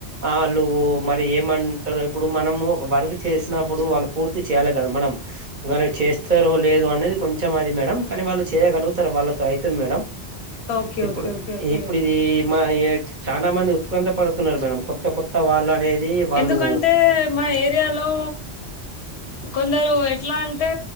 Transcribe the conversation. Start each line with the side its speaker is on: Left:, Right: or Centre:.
Right: ఆళ్ళు మరి ఏమంటారు ఇప్పుడు మనం ఒక వర్క్ చే చేసినప్పుడు వాళ్ళు పూర్తి చేయాలి కదా మనం గాను చేస్తారో లేదో అనేది కొంచెం అది మేడం కానీ వాళ్ళు చేయగలుగుతారు వాళ్ళ అయితది మేడం
Left: ఓకే
Right: ఇప్పుడు
Left: ఓకే ఓకే ఓకే
Right: ఇప్పుడు ఇది మా ఈ చాలా మంది ఉత్కంఠ పడ వొత్తున్నారు మేడం కొత్త కొత్త వాళ్ళు అనేది వాళ్ళు
Left: ఎందుకంటే మా ఏరియాలో కొందరు ఎట్లా అంటే